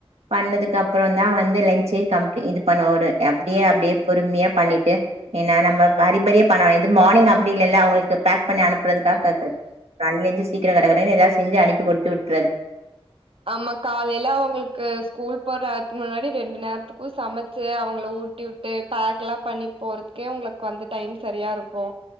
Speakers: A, on the right (about 85°); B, on the right (about 60°).
A: பண்ணதுக்கு அப்புற தா வந்து லன்சே கம்பிளி இது பண்ணுவே ஒரு அப்டியே அப்டியே பொறுமையா பண்ணிட்டு ஏன்னா நம்ம பாதி பாதியா பண்ணணு இது மார்னிங் அப்டி இல்லைல்ல அவங்களுக்கு பேக் பண்ணி அனுப்புறதுக்காக பண்ணிட்டு சீக்கிரம் கட கடனு எதையாவது செஞ்சு அனுப் <unintelligible>
B: ஆமா காலைல அவங்களுக்கு ஸ்கூல் போற முன்னாடி ரெண்டு நேரத்துக்கு சமைச்சு அவங்கள ஊட்டி விட்டு பேக் எல்லா பண்ணி போறதுக்கே உங்களுக்கு வந்து டைம் சரியா இருக்கு